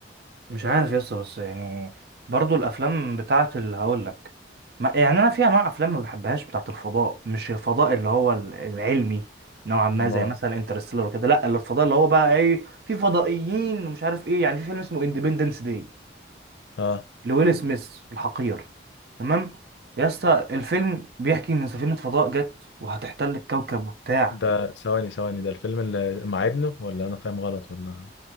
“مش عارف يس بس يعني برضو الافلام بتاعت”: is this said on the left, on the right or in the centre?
Right